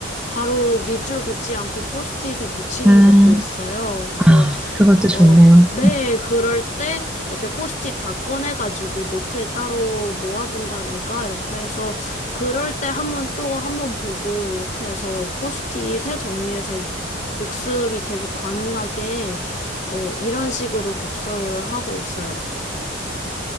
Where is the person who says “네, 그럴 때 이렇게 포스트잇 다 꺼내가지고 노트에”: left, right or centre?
Left